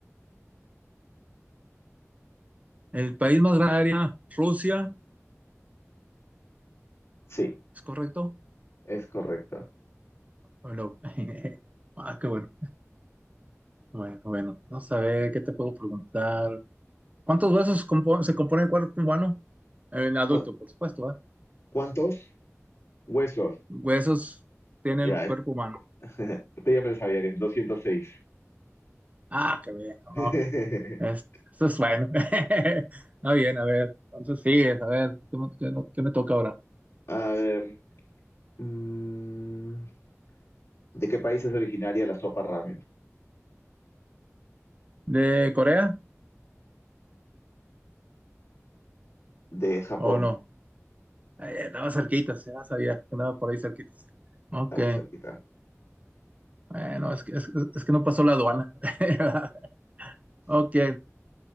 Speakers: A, on the right; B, on the left.
A: el país más grande, Rusia,
B: Sí,
A: ¿es correcto?
B: es correcto.
A: ¿O no? <laughs> Ah, qué bueno. Bueno, bueno, vamos a ver qué te puedo preguntar. ¿Cuántos huesos compo- se compone el cuerpo humano? El adulto,
B: ¿Cuá-
A: por supuesto, ¿va?
B: ¿Cuántos huesos?
A: Huesos tiene
B: Ya,
A: el
B: este,
A: cuerpo humano.
B: este ya me lo sabía que es 206.
A: Ah, qué bien, no,
B: <laughs>
A: es- eso es bueno. <laughs> Está bien, a ver, entonces sigues, a ver, ¿qué me, qué- no, qué me toca ahora?
B: A ver. mm, ¿de qué país es originaria la sopa ramen?
A: ¿De Corea
B: De Japón.
A: o no? Eh, andaba cerquita, ya sabía que andaba por ahí cerquita. Ok,
B: Está muy cerquita.
A: bueno, es que, es, es que no pasó la aduana. <laughs> Ok,